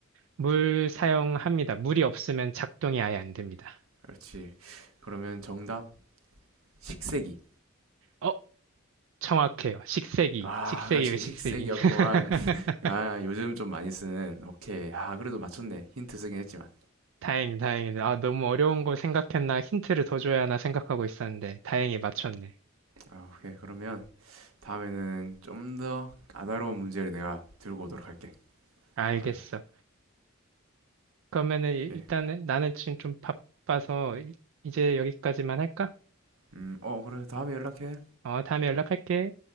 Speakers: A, on the right; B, on the right.
A: 물 사용합니다. 물이 없으면 작동이 아예 안 됩니다.
B: 그렇지. 그러면 정답, 식세기.
A: 어, 정확해요. 식세기.
B: 아,
A: 식세기요,
B: 그렇지.
A: 식세기.
B: 식세기였구만.
A: <laughs>
B: <laughs> 아, 요즘 좀 많이 쓰는, 오케이. 아, 그래도 맞췄네. 힌트 쓰긴 했지만.
A: 다행, 다행. 아, 너무 어려운 거 생각했나 힌트를 더 줘야 하나 생각하고 있었는데 다행히 맞췄네.
B: 아, 오케이. 그러면, 다음에는 좀 더 까다로운 문제를 내가 들고 오도록 할게.
A: 알겠어.
B: 아,
A: 그러면은 일-
B: 오케이.
A: 일단은 나는 지금 좀 바빠서 이- 이제 여기까지만 할까?
B: 음, 어, 그래. 다음에 연락해.
A: 어, 다음에 연락할게.